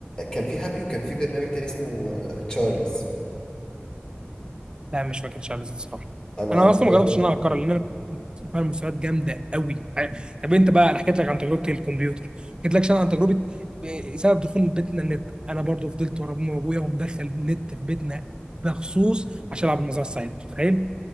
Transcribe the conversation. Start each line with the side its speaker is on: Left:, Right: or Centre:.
Left: كان في هابي وكان في برنامج تاني اسمه آه، تشارلز
Right: لا مش فاكر شارلز الصراحه
Left: انا
Right: انا
Left: انا
Right: اصلا
Left: تشارلز
Right: ما جربتش
Left: ده كنت
Right: ان انا
Left: بستخدمه.
Right: اهكرها لان فعلا مستويات جامده قوي طب انت بقى انا حكيت لك عن تجربه الكمبيوتر حكيت لك عن تجربه آه، سبب دخول بيتنا النت انا برضو فضلت ورا امي وابويا ومدخل النت في بيتنا بخصوص عشان العب المزرعه السعيده تخيل